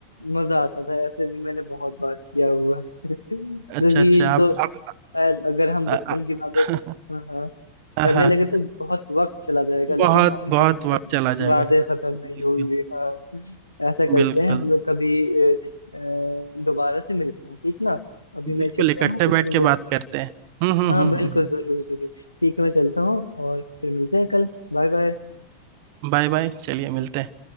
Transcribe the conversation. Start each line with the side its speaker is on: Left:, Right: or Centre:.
Left: मजा आता था ऐसे भी मैंने बहुत बार किया हुआ है <laughs>
Right: अच्छा
Left: चलिए
Right: अच्छा
Left: ये तो
Right: आप आप
Left: अ- अगर हम
Right: आ,
Left: बचपन
Right: आ,
Left: की बातें
Right: <laughs>
Left: हाँ हाँ
Right: हाँ
Left: करने
Right: हाँ
Left: लगे तो बहुत वक्त चला जाएगा लेकिन
Right: बहुत
Left: हमारे
Right: बहुत
Left: बचपन
Right: वक्त
Left: के
Right: चला जाएगा
Left: वादे खत्म
Right: बिल्कुल
Left: नहीं होंगे हाँ ऐसा करते
Right: बिल्कुल
Left: हैं हम लोग कभी अ, अ, दोबारा से मिलते हैं ठीक ना अभी मैं
Right: बिल्कुल
Left: चलता
Right: इकट्ठे
Left: हूँ कुछ
Right: बैठ
Left: मिनट
Right: के बात करते हैं हम्म हम्म
Left: हाँ
Right: हम्म
Left: बिल्कुल
Right: हम्म
Left: जरूर जरूर ठीक है मैं चलता हूँ और फिर मिलते हैं कल Bye bye
Right: बाय बाय चलिए मिलते हैं